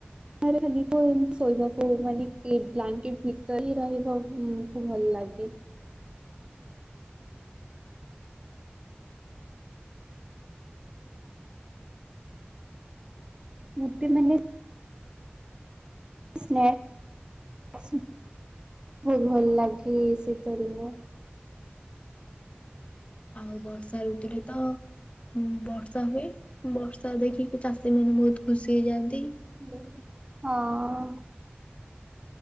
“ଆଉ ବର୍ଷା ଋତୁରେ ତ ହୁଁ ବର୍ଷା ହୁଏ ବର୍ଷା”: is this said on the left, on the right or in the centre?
Left